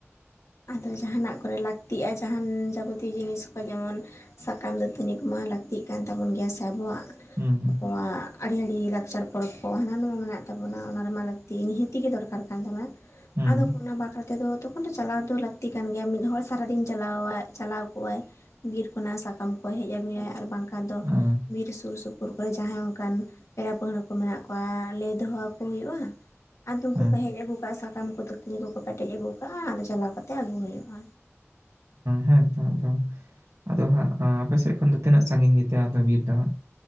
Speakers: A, on the left; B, on the right.
A: ᱟᱫᱚ ᱡᱟᱦᱟᱱᱟᱜ ᱠᱚᱨᱮ ᱞᱟᱹᱠᱛᱤᱜᱼᱟ ᱡᱟᱦᱟᱱ ᱡᱟᱵᱚᱛᱤᱭᱚ ᱡᱤᱱᱤᱥ ᱠᱚ ᱡᱮᱢᱚᱱ ᱥᱟᱠᱟᱢ ᱫᱟᱹᱛᱟᱱᱤ ᱠᱚᱢᱟ ᱞᱟᱹᱠᱛᱤᱜ ᱠᱟᱱ ᱛᱟᱵᱚᱱ ᱜᱮᱭᱟ ᱥᱮ ᱟᱵᱚᱣᱟᱜ
B: ᱦᱩᱸ ᱦᱩᱸ
A: ᱟᱵᱚᱣᱟᱜ ᱟᱹᱰᱤ ᱟᱹᱰᱤ ᱞᱟᱠᱪᱟᱨ ᱯᱚᱨᱚᱵᱽ ᱠᱚ ᱦᱟᱱᱟ ᱦᱟᱣᱟ ᱢᱮᱱᱟᱜ ᱛᱟᱵᱚᱱᱟ ᱚᱱᱟ ᱨᱮᱢᱟ ᱞᱟᱹᱠᱛᱤ ᱱᱤᱦᱟᱹᱛᱤ ᱜᱮ ᱫᱚᱨᱠᱟᱨ ᱠᱟᱱ ᱛᱟᱵᱚᱱᱟ᱾
B: ᱦᱩᱸ
A: ᱟᱫᱚ ᱚᱱᱟ ᱵᱟᱠᱷᱨᱟ ᱛᱮᱫᱚ ᱛᱚᱠᱷᱚᱱ ᱫᱚ ᱪᱟᱞᱟᱣ ᱫᱚ ᱞᱟᱠᱛᱤ ᱠᱟᱱ ᱜᱮᱭᱟ ᱢᱤᱫ ᱦᱚᱲ ᱥᱟᱨᱟᱫᱤᱱ ᱪᱟᱞᱟᱣᱟᱭ ᱪᱟᱞᱟᱣ ᱠᱚᱣᱟᱭ, ᱵᱤᱨ ᱠᱷᱚᱱᱟᱜ ᱥᱟᱠᱟᱢ ᱠᱚᱭ ᱦᱮᱡ ᱟᱹᱜᱩᱭᱟ ᱟᱨ ᱵᱟᱝᱠᱷᱟᱱ ᱫᱚ,
B: ᱟᱸ
A: ᱵᱤᱨ ᱥᱩᱨ ᱥᱩ ᱯᱩᱨ ᱠᱚᱨᱮ ᱡᱟᱦᱟᱸᱭ ᱚᱱᱠᱟᱱ, ᱯᱮᱲᱟ ᱯᱟᱹᱦᱬᱟᱹ ᱠᱚ ᱢᱮᱱᱟᱜ ᱠᱚᱣᱟ ᱞᱟᱹᱭ ᱫᱚᱦᱚᱣᱟᱠᱚ ᱦᱩᱭᱩᱜᱼᱟ᱾ ᱟᱫᱚ ᱩᱝᱠᱩ
B: ᱦᱮᱸ
A: ᱠᱚ ᱦᱮᱡ ᱟᱜᱩ ᱠᱟᱜᱼᱟ ᱥᱟᱠᱟᱢ ᱠᱚ, ᱫᱟᱹᱛᱟᱹᱱᱤ ᱠᱚᱠᱚ ᱯᱮᱴᱮᱡ ᱟᱜᱩ ᱠᱟᱜᱼᱟ, ᱟᱫᱚ ᱪᱟᱞᱟᱣ ᱠᱟᱛᱮ ᱟᱹᱜᱩ ᱦᱩᱭᱩᱜᱼᱟ᱾
B: ᱦᱮᱸ ᱛᱚ ᱟᱫᱚ, ᱟᱫᱚ ᱦᱟᱸᱜ ᱟᱯᱮ ᱥᱮᱜ ᱠᱷᱚᱱ ᱫᱚ ᱛᱤᱱᱟᱹᱜ ᱥᱟᱺᱜᱤᱧ ᱜᱮᱛᱮ ᱟᱫᱚ ᱵᱤᱨ ᱫᱚ ᱦᱟᱸᱜ?